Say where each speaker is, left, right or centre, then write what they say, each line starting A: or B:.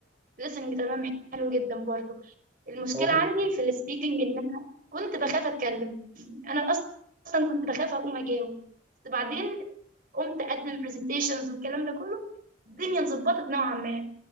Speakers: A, on the right; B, on the right.
A: listening تمام حلو جدا برضو المشكلة
B: هو في
A: عندي
B: ال-
A: في السبيكنج ان انا كنت بخاف اتكلم انا اصلا كنت بخاف اقوم اجاوب بس بعدين قمت اقدم برزنتيشنز والكلام ده كله الدنيا اتظبطت نوعا ما